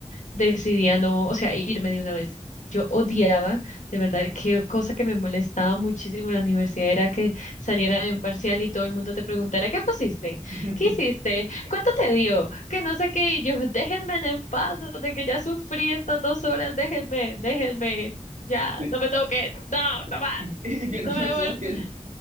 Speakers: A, on the left (about 85°); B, on the right (about 80°).
A: decidí a no, o sea, irme de una vez. Yo odiaba, de verdad, que cosa que me molestaba muchísimo en la universidad era que saliera de un parcial y todo el mundo te preguntara, ¿qué pusiste?
B: <laughs>
A: ¿Qué hiciste? ¿Cuánto te dio? Que no sé qué, y yo, <laughs> déjenme en paz, de que ya sufrí estas dos horas, déjenme, déjenme, ya,
B: Sí.
A: no me toquen, no,
B: <laughs>
A: no más,
B: Y
A: no
B: que no me
A: me
B: sostiene.
A: vuelvo.